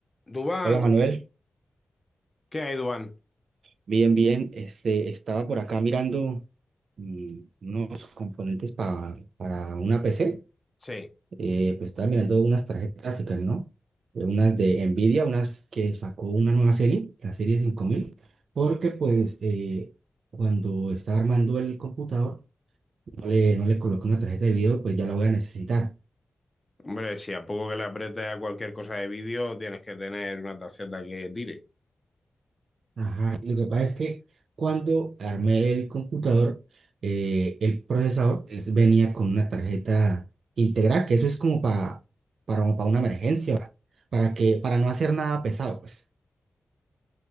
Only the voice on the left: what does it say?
Dubán,
¿qué hay, Dubán?
Sí,
hombre, si a poco que le aprietes a cualquier cosa de vídeo, tienes que tener una tarjeta que tire.